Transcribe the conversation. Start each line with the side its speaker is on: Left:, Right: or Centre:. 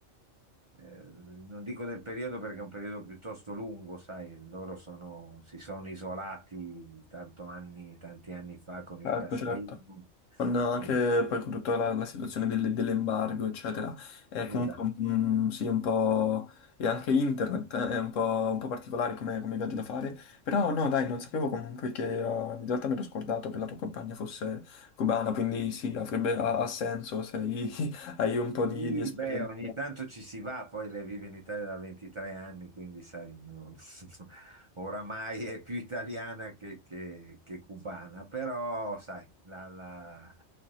Right: eh, non dico del periodo perché è un periodo piuttosto lungo, sai, loro sono- si sono isolati tanto anni- tanti anni fa con
Left: Certo,
Right: il castrismo.
Left: certo. con anche
Right: E-
Left: poi con tutta la, la situazione delle- dell'embargo, eccetera. È
Right: esatto.
Left: comunque un, mm, sì, un po'... E anche internet eh, è un po', un po' particolare come, come viaggio da fare. Però no, dai, non sapevo comunque che... eh, in realtà mi ero scordato che la tua compagna fosse cubana, quindi sì, avrebbe, ha, ha senso se hai <laughs> hai un po' di,
Right: Sì,
Left: di esperienza.
Right: beh, ogni tanto ci si va, poi lei vive in Italia da 23 anni, quindi sai, non- <laughs> oramai è più italiana che, che- che cubana, però sai, la- la-